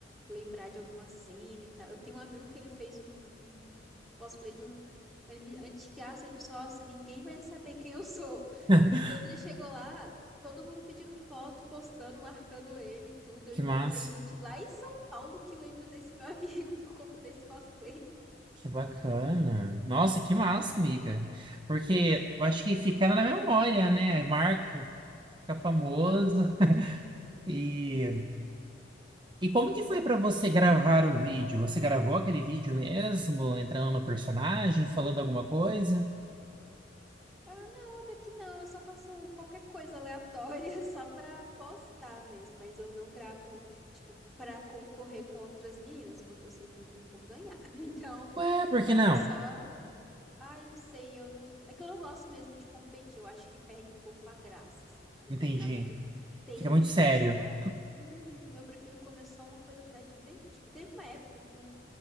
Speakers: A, in the centre; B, on the right (about 25°).
A: lembrar de alguma cena e tal. Eu tenho um amigo que ele fez um, um cosplay de um anime antigaço, ele pensou, nossa, ninguém vai saber quem eu sou.
B: <laughs>
A: E quando ele chegou lá, Todo mundo pedindo foto, postando, marcando ele, e tudo. Eu
B: Que
A: encontrei
B: massa.
A: gente lá em São Paulo que lembra desse meu amigo <laughs> por conta desse cosplay.
B: Que bacana. Nossa, que massa, amiga. Porque eu acho que fica na memória, né? Marca, fica famoso.
A: Ah,
B: <laughs> E
A: sim.
B: E como que foi para você gravar o vídeo? Você gravou aquele vídeo mesmo, entrando no personagem, falando alguma coisa?
A: Ah, não, até que não. Eu só faço qualquer coisa aleatória <laughs> só pra postar mesmo. Mas eu não gravo, tipo, pra concorrer com outras meninas, porque eu sei que eu não vou ganhar. <laughs> Então,
B: Ué, por
A: faço
B: que não?
A: só Ai, não sei, eu não. É que eu não gosto mesmo de competir, eu acho que perde um pouco a graça, assim. Você
B: Entendi.
A: tem que ficar muito tensa,
B: Fica muito sério.
A: assim, ah, uhum, Eu prefiro quando é só uma coisa pra divertir. Teve uma época que, um,